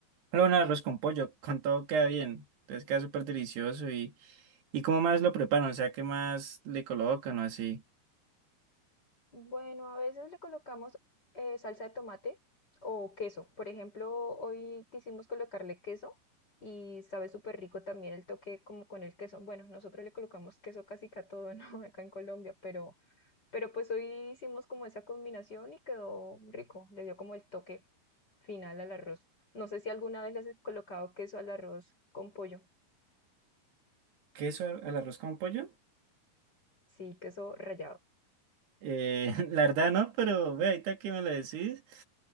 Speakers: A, on the right; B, on the left.
A: luego un arroz con pollo, con todo queda bien. Entonces queda súper delicioso. Y, ¿y cómo más lo preparan? O sea, ¿qué más le colocan o así?
B: Bueno, a veces le colocamos eh, salsa de tomate o queso. Por ejemplo, hoy quisimos colocarle queso y sabe súper rico también el toque como con el queso. Bueno, nosotros le colocamos queso casi que a todo, <laughs> ¿no? Acá en Colombia, pero Pero pues hoy hicimos como esa combinación y quedó rico, le dio como el toque final al arroz. No sé si alguna vez le has colocado queso al arroz con pollo.
A: ¿Queso al al arroz con pollo?
B: Sí, queso rallado.
A: Eh, <laughs> la verdad no, pero ve, ahorita que me lo decís.